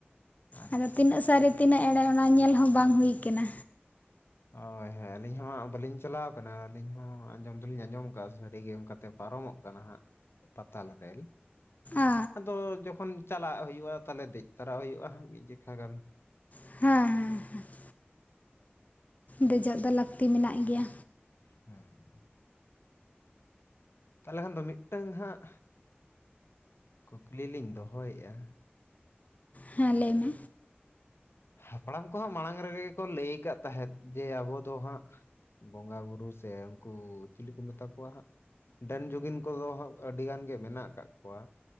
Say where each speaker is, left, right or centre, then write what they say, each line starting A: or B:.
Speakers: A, on the left (about 75°); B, on the left (about 40°).
A: ᱟᱪᱪᱷᱟ
B: ᱟᱫᱚ ᱛᱤᱱᱟᱹᱜ ᱥᱟᱹᱨᱤ ᱛᱤᱱᱟᱹᱜ ᱮᱲᱮ ᱚᱱᱟ ᱧᱮᱞ ᱦᱚᱸ ᱵᱟᱝ ᱦᱩᱭ ᱠᱟᱱᱟ᱾
A: ᱦᱚᱭ ᱦᱚᱭ ᱟᱹᱞᱤᱧ ᱦᱚᱸ ᱵᱟᱹᱞᱤᱧ ᱪᱟᱞᱟᱣ ᱠᱟᱱᱟ ᱟᱹᱞᱤᱧ ᱦᱚᱸ ᱟᱸᱡᱚᱢ ᱫᱚᱞᱤᱧ ᱟᱸᱡᱚᱢ ᱠᱟᱜ-ᱟ ᱥᱟᱹᱨᱤ ᱜᱮ ᱚᱱᱠᱟᱛᱮ ᱯᱟᱨᱚᱢᱚᱜ ᱠᱟᱱᱟ ᱦᱟᱸᱜ ᱯᱟᱛᱟᱞ ᱨᱮᱞ,
B: ᱚ
A: ᱟᱫᱚ ᱡᱚᱠᱷᱚᱱ ᱪᱟᱞᱟᱜ ᱦᱩᱭᱩᱜ-ᱟ ᱛᱟᱞᱦᱮ ᱫᱮᱡ ᱛᱚᱨᱟ ᱦᱩᱭᱩᱜᱼᱟ ᱢᱤᱫ ᱡᱮᱠᱷᱟ ᱜᱟᱱ᱾
B: ᱦᱮᱸ ᱦᱮᱸ ᱦᱮᱸ᱾ ᱫᱮᱡᱚᱜ ᱫᱚ ᱞᱟᱹᱠᱛᱤ ᱢᱮᱱᱟᱜ ᱜᱮᱭᱟ᱾
A: ᱦᱮᱸ᱾ ᱛᱟᱦᱚᱞᱮ ᱠᱷᱟᱱ ᱫᱚ ᱢᱤᱫ ᱴᱟᱹᱝ ᱦᱟᱸᱜ ᱠᱩᱠᱞᱤ ᱞᱤᱧ ᱫᱚᱦᱚᱭᱮᱜ-ᱟ,
B: ᱦᱮᱸ ᱞᱟᱹᱭ ᱢᱮ,
A: ᱦᱟᱯᱲᱟᱢ ᱠᱚ ᱦᱟᱸᱜ ᱢᱟᱲᱟᱝ ᱨᱮᱜᱮ ᱠᱚ ᱞᱟᱹᱭ ᱠᱟᱜ ᱛᱟᱦᱮᱸᱫ ᱡᱮ ᱟᱵᱚ ᱫᱚ ᱦᱟᱸᱜ ᱵᱚᱸᱜᱟ ᱵᱩᱨᱩ ᱥᱮ ᱩᱱᱠᱩ ᱪᱤᱞᱤ ᱠᱚ ᱢᱮᱛᱟ ᱠᱚᱣᱟ ᱦᱟᱸᱜ ᱰᱟᱹᱱ ᱡᱩᱜᱤᱱ ᱠᱚ ᱫᱚ ᱟᱹᱰᱤ ᱜᱟᱱ ᱜᱮ ᱢᱮᱱᱟᱜ ᱟᱠᱟᱜ ᱠᱚᱣᱟ,